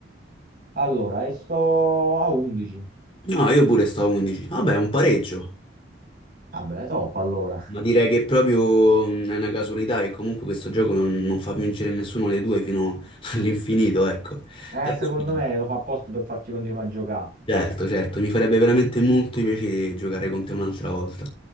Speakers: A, on the right; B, on the left.
A: Allora, esco a 11.
B: No, io pure stavo 11. Vabbè, un pareggio.
A: Vabbè, top allora.
B: Ma direi che proprio mm, è una casualità che comunque questo gioco non, non fa vincere nessuno dei due fino <laughs> all'infinito, ecco.
A: Eh,
B: Per
A: secondo
B: cui-
A: me lo fa apposta per farci continuare a giocare.
B: Certo, certo, mi farebbe veramente molto piacere giocare con te un'altra volta.